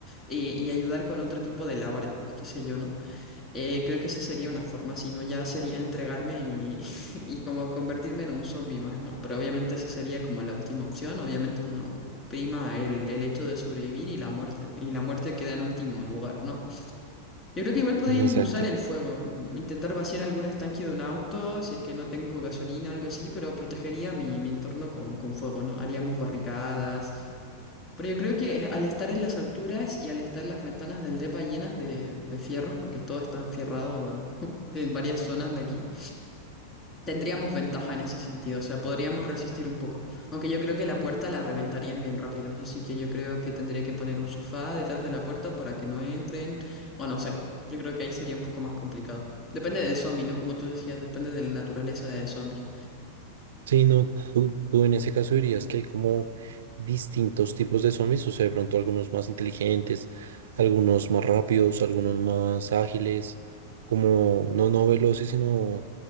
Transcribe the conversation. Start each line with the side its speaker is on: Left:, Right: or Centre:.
Left: eh, y ayudar con otro tipo de labores, pues qué sé yo, ¿no? Eh, creo que esa sería una forma, si no ya sería entregarme y, <laughs> y como convertirme en un zombie más, ¿no? Pero obviamente esa sería como la última opción, obviamente uno prima el, el hecho de sobrevivir y la muerte, y la muerte queda en último lugar, ¿no? Yo creo que igual podríamos
Right: Exacto.
Left: usar el fuego, mm, intentar vaciar algún estanque de un auto, si es que no tengo gasolina o algo así, pero protegería mi, mi entorno con, con fuego, ¿no? Haríamos barricadas. Pero yo creo que al estar en las alturas y al estar las ventanas del depa llenas de, de fierros, porque todo está enfierrado <laughs> en varias zonas de aquí, Tendríamos ventaja en ese sentido, o sea, podríamos resistir un poco. Aunque yo creo que la puerta la reventarían bien rápido, así que yo creo que tendría que poner un sofá detrás de la puerta para que no entren, o no sé, yo creo que ahí sería un poco más complicado. Depende del zombie, ¿no? Como tú decías, depende de la naturaleza del zombie.
Right: Sí, no, tú, tú en ese caso dirías que hay como distintos tipos de zombies, o sea, de pronto algunos más inteligentes, algunos más rápidos, algunos más ágiles, como no, no veloces, sino